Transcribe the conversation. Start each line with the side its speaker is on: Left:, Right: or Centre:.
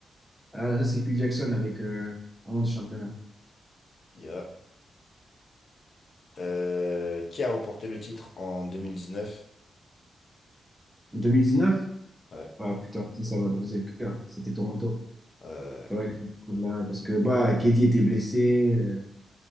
Centre: Ah, ça, c'est Phil Jackson avec euh, 11 championnats.
Left: Yeah. Euh, qui a remporté le titre en 2019?
Centre: 2019?
Left: Ouais.
Centre: Ah putain, ça ça m'a brisé le cœur. C'était Toronto.
Left: Euh,
Centre: Ouais, là, parce que bah, KD était blessé. euh,